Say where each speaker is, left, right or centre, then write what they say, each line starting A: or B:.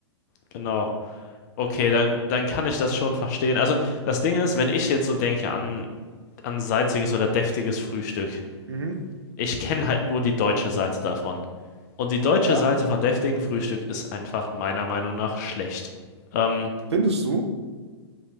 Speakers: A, on the left; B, on the right.
A: genau. Okay, dann, dann kann ich das schon verstehen. Also das Ding ist, wenn ich jetzt so denke an, an salziges oder deftiges Frühstück,
B: Mhm.
A: ich kenne halt nur die deutsche Seite davon. Und die deutsche
B: Ja.
A: Seite von deftigem Frühstück ist einfach meiner Meinung nach schlecht. Ähm,
B: Findest du?